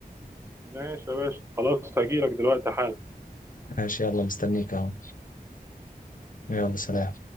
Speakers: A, on the right; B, on the left.
A: ماشي يا باشا خلاص هجيلك دلوقتي حالا
B: ماشي يلا مستنيك اهو يلا سلام